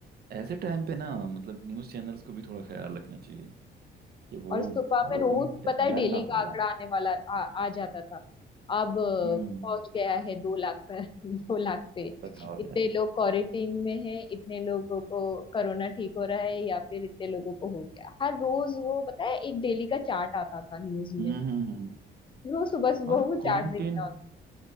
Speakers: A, on the right; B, on the left.
A: ऐसे टाइम पे ना मतलब न्यूज़ चैनल्स को भी थोड़ा ख्याल रखना चाहिए कि वो
B: और सुबह
A: लोगों
B: में रोज
A: में डर
B: पता है डेली
A: ना फैलाएं
B: का आंकड़ा आने वाला आ, आ जाता था अब अ,
A: हम्म
B: पहुंच गया है दो लाख <laughs> पर दो लाख पे
A: बताओ
B: इतने
A: यार
B: लोग क्वारंटीन में हैं इतने लोगों को कोरोना ठीक हो रहा है या फिर इतने लोगों को हो गया हर रोज वो पता है एक डेली का चार्ट आता था न्यूज
A: हम्म
B: में
A: हम्म हम्म।
B: रोज सुबह सुबह
A: और
B: वो
A: क्वारंटीन
B: चार्ट देखना होता